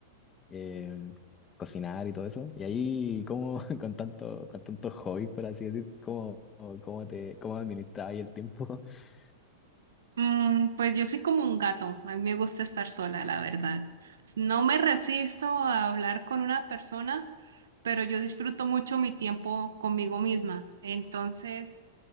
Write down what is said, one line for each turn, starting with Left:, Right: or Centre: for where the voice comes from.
Left: eh, cocinar y todo eso. Y ahí, ¿cómo <laughs> con tanto, con tantos hobbies, por así decir, cómo, cómo te, cómo administras ahí el tiempo? <laughs>
Right: Mm, pues yo soy como un gato, a mí me gusta estar sola, la verdad. No me resisto a hablar con una persona, pero yo disfruto mucho mi tiempo conmigo misma. Entonces,